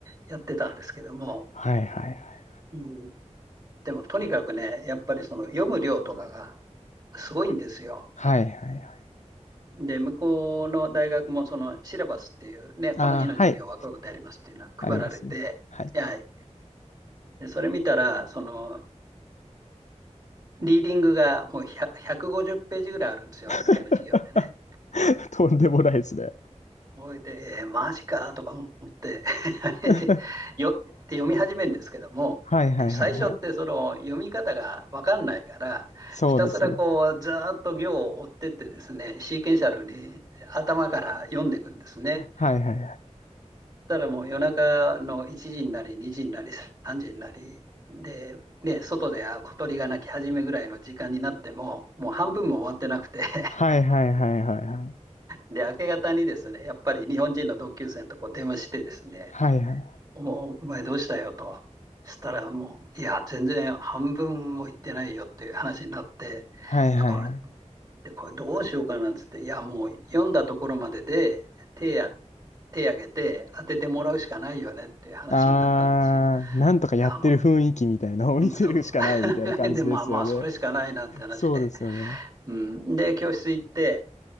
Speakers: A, on the right (about 35°); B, on the left (about 75°).
A: やってたんですけども、
B: はいはいはい。
A: うん、でもとにかくね、やっぱりその読む量とかがすごいんですよ。
B: はいはいはい。
A: で、向こうの大学もそのシラバスっていうね、この日の授業はこういうことやりますっていうのは配られて、
B: ああ、はい。ありますね。はい。
A: はい。で、それ見たら、その、リーディングがもう100 150ページぐらいあるんですよ、
B: <laughs>
A: 1回の授業でね。
B: とんでもないですね。
A: それで、えーマジかとか思って <laughs> で、
B: <laughs>
A: よ、で読み始めるんですけども、
B: はいはいはいはい。
A: で、最初ってその読み方が分かんないから、
B: そうですね。
A: ひたすらこう、ずーっと行を追ってってですね、シーケンシャルに頭から読んでいくんですね。
B: はいはいはい。
A: たらもう夜中の1時になり、2時になり、3時になり、で、ね、外であ小鳥が鳴き始めぐらいの時間になっても、もう半分も終わってなくて <laughs>
B: はいはいはいはいはい。
A: で、明け方にですね、やっぱり日本人の同級生のとこ電話してですね、
B: はいはい。
A: お、お前どうしたよと。そしたらもう、いや、全然半分も行ってないよっていう話になって、
B: はいはいはい。
A: これってこれどうしようかなっつって、いや、もう読んだところまでで手や、手挙げて当ててもらうしかないよねっていう話になったんですよ。
B: あー、なんとかやってる雰囲気みたいなのを見せるしかないみたいな感じですよね。
A: で、あ、まあ、うん、そうそう。<laughs> で、まあまあ、それしかないなって話で。
B: そうですよね。
A: うん、で、教室行って、